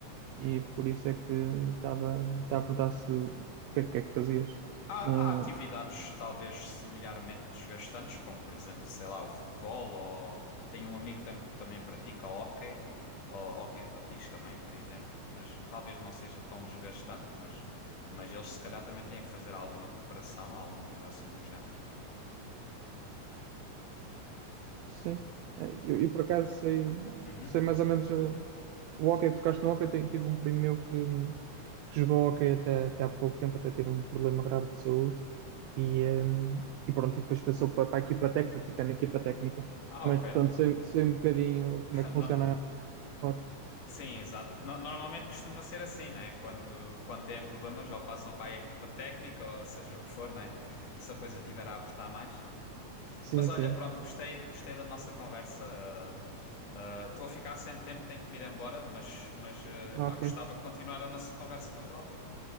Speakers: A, on the right; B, on the left.
A: e por isso é que estava estava a perguntar se o que é, o que é que fazias.
B: Há,
A: No-
B: há atividades talvez semelhantemente desgastantes, como por exemplo, sei lá, o futebol, ou tenho um amigo que tam- também pratica hóquei, ou hóquei em patins também, por exemplo, mas talvez não seja tão desgastante, mas, mas eles se calhar também têm que fazer alguma preparação, alguma coisa assim do género.
A: Sim, Eh, eu, eu por acaso sei,
B: Uhum.
A: sei mais ou menos eh, o hóquei, tocaste no hóquei, eu tenho- tive um primo meu que, que jogou hóquei até, até há pouco tempo, até ter um problema grave de saúde e, eh, e pronto, e depois passou para, para a equipa técnica e está na equipa técnica,
B: Ah,
A: mas
B: ok.
A: portanto sei, sei um bocadinho como
B: <laughs>
A: é que
B: No-
A: funciona o hóquei.
B: Sim, exato. No- Normalmente costuma ser assim, né? Quando, quando têm problemas, ou passam para a equipa técnica, ou seja o que for, né? Se a coisa tiver a apertar mais.
A: Sim,
B: Mas olha,
A: sim,
B: pronto, gostei, gostei da nossa conversa. ah, ah, Estou a ficar sem tempo, tenho que me ir embora, mas, mas ah,
A: ok.
B: pá, gostava de continuar a nossa conversa noutra altura.